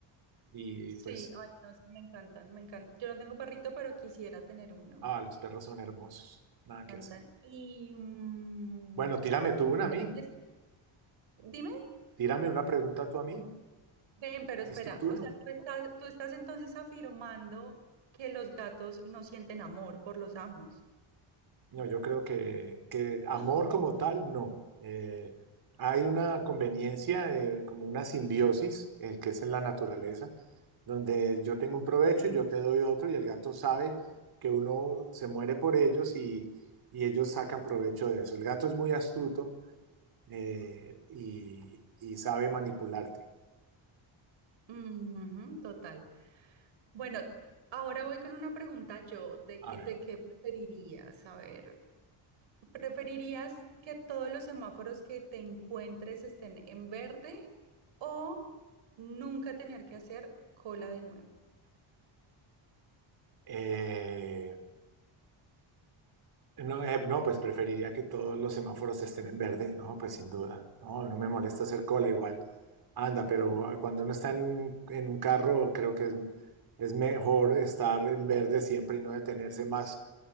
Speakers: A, on the right (about 50°); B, on the right (about 65°).
A: Y
B: Sí,
A: pues,
B: ay, no, es que me encantan, me encantan. Yo no tengo perrito, pero quisiera tener uno.
A: ah, los perros son hermosos. Nada
B: Me encantan.
A: que hacer.
B: Y mm,
A: Bueno, tírame tú una
B: entonces,
A: a mí.
B: dime,
A: Tírame una pregunta tú a mí.
B: ven, pero espera,
A: Es tu turno.
B: o sea, tú estás, tú estás entonces afirmando que los gatos no sienten amor por los amos.
A: No, yo creo que, que amor
B: <laughs>
A: como tal, no. Eh, hay una conveniencia, eh, como una simbiosis, eh, que es en la naturaleza, donde yo tengo un provecho y yo te doy otro y el gato sabe que uno se muere por ellos y, y ellos sacan provecho de eso. El gato es muy astuto eh, y, y sabe manipularte.
B: Ujú, total. Bueno, ahora voy con una pregunta yo, ¿de
A: A
B: qué,
A: ver.
B: de qué preferirías? A ver, ¿preferirías que todos los semáforos que te encuentres estén en verde o nunca tener que hacer cola de nuevo?
A: Eh, no, eh, no, pues preferiría que todos los semáforos estén en verde, no, pues sin duda, no, no me molesta hacer cola igual, anda, pero ah, cuando uno está en, en un carro creo que es, es mejor estar en verde siempre y no detenerse más,